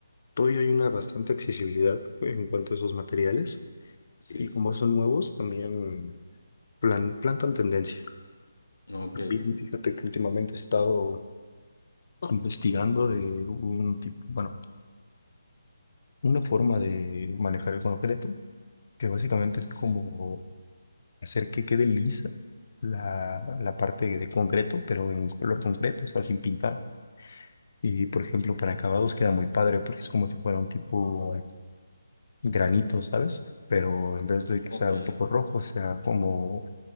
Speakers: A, on the left; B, on the left.
A: Todavía hay una bastante accesibilidad en cuanto a esos materiales
B: Sí,
A: y como son nuevos, también plan- plantan tendencia.
B: ok,
A: También fíjate que últimamente he estado investigando de un tipo, bueno, una forma de manejar el concreto, que básicamente es como
B: sí,
A: hacer que quede lisa la, la parte de concreto, pero en color concreto, o sea, sin pintar. Y por ejemplo, para acabados queda muy padre porque es como si fuera un tipo granito, ¿sabes? Pero en vez de que
B: ok,
A: sea un poco rojo, sea como